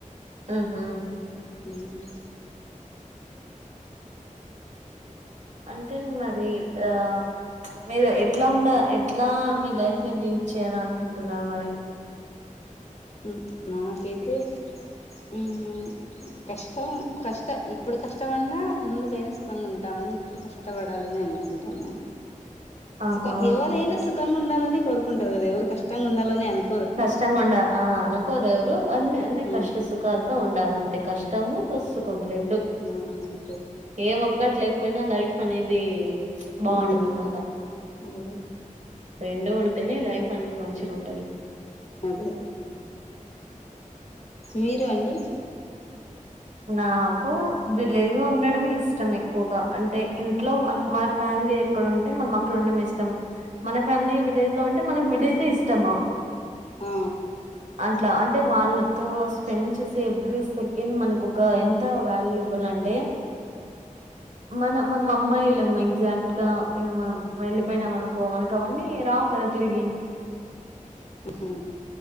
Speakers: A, on the right; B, on the left.
A: ఆహా
B: ఉమ్
A: అంటే మరి ఆ మీరు ఎట్లా ఉండ ఎట్లా మీ లైఫ్ ని లీడ్ చేయాలి అనుకుంటున్నారు మరి
B: ఉమ్ నాకైతే ఉమ్ కష్టం కష్ట ఇప్పుడు కష్టం అన్నా ముందుకైనా సుఖంగా ఉంటాం కాని ఇప్పుడు కష్టపడాలనే అనుకుంటున్నా
A: <inaudible> ఆహా
B: సుఖం ఎవరైనా సుఖంగా ఉండాలని కోరుకుంటారు గదా ఎవరు కష్టంగా ఉండాలని అనుకు
A: కష్టం గుండ ఆ అనుకోరెవరు అన్నే అంటే
B: ఉమ్,
A: కష్ట సుఖాలతో ఉండాలంతే కష్టము ప్లస్ సుఖము రెండు
B: ఆమ్
A: ఏ ఒక్కట్లేకపోయినా లైఫ్ అనేది బాగుండదు
B: ఉమ్,
A: అన్నమాట
B: అదే
A: రెండు ఉంటేనే లైఫ్ అనేది మంచిగా ఉంటది
B: అదే అదే మీరు అండి
A: నాకు విలేజ్ లో ఉండడమే ఇష్టం ఎక్కువగా అంటే ఇంట్లో మన ఫ్యా మిలీ ఎక్కడ ఉంటే మనం అక్కడ ఉండం ఇష్టం మన ఫ్యామిలీ విలేజ్ లో ఉంటే మనకి విలేజే ఇష్టము
B: ఆ
A: అట్లా అంటే వాళ్ళతో స్పెండ్ చేసే ఎవ్రీ సెకండ్ మనకు ఒక్క ఎంత వాల్యూబుల్ అంటే మనం మన అమ్మాయిలమ్ ఎగ్జాక్ట్ గా ఏ మ యెళ్ళిలిపోయినా మనుకో మనకు అవన్నీ రావు కదా తిరిగి
B: ఉహూ